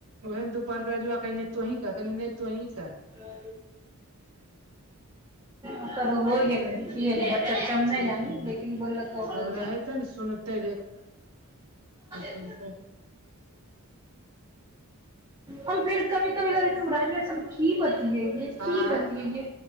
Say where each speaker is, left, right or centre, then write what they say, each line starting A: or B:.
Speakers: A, on the right; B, on the right.
A: ओहेन दुपहरके रजुआ कही तोहीं कहली, नहि तोहं क
B: <unintelligible> ओकरो हो गेलै। क ह बच्चा हम नहि
A: ठीक
B: जानी,
A: होलै
B: लेकिन बोललकौ गेल।
A: अब रहै ते ने सुनते
B: <unintelligible>
A: ह स।
B: हम फिर कभी -कभी लगे राजव की बतियैै,
A: आँय
B: की बतियैे।